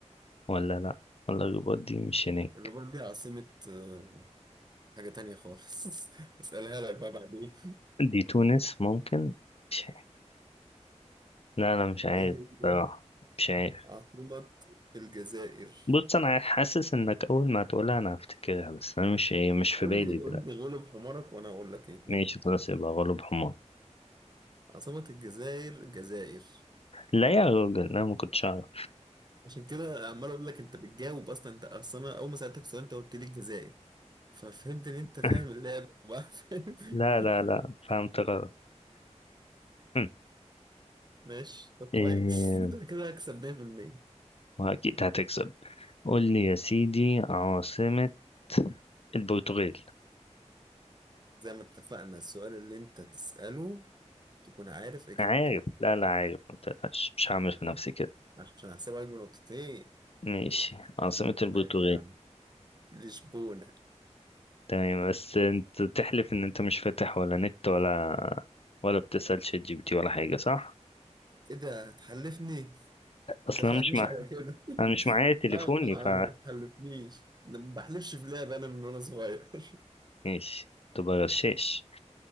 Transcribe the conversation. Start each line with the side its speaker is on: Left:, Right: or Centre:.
Left: ولا لأ ولا الرباط دي مش هناك
Right: الرباط دي عاصمة آه، حاجة تانية خالص <laughs> اسألها لك بقى بعدين
Left: دي تونس ممكن مش عارف. لا أنا مش
Right: <laughs>
Left: عارف
Right: ايه هي
Left: بصراحة مش عارف
Right: عاصمة الجزائر؟
Left: بص انا حاسس انك اول ما تقولها انا هفتكرها بس انا مش ايه مش في
Right: قول
Left: بالي
Right: لي
Left: دلوقتي
Right: قول لي غلب حمارك وانا اقول لك ايه
Left: ماشي
Right: هي
Left: خلاص يبقى غلب حماري
Right: عاصمة الجزائر الجزائر
Left: لا يا راجل انا ما كنتش اعرف
Right: عشان كده عمال اقول لك انت بتجاوب اصلا انت اصلا أنا اول ما سألتك السؤال انت قلت لي الجزائر ففهمت ان انت فاهم
Left: <laughs>
Right: اللعبة وبقى فاهم
Left: لا لا
Right: <laughs>
Left: لا فهمت غلط هم.
Right: ماشي طب
Left: إيه
Right: كويس <laughs> انت كده هكسب 100%
Left: واكيد هتكسب قول لي يا سيدي عاصمة البرتغال
Right: زي ما اتفقنا السؤال اللي انت تسأله تكون عارف اجابته
Left: عارف لا لا عارف ما تقلقش مش هعمل في نفسي كده
Right: عشان احسبها لك بنقطتين
Left: ماشي عاصمة البرتغال
Right: ماشي يا عم لشبونة
Left: تمام بس انت تحلف ان انت مش فاتح ولا نت ولا ولا بتسأل شات جي بي تي ولا حاجة صح؟
Right: ايه ده هتحلفني
Left: اصلا
Right: اتفقناش
Left: مش مع
Right: على كده
Left: انا مش
Right: <laughs>
Left: معايا تليفوني
Right: لا طبعا
Left: ف
Right: ما تحلفنيش أنا ما بحلفش في لعبة انا من وانا صغير <laughs>
Left: ماشي تبقى غشاش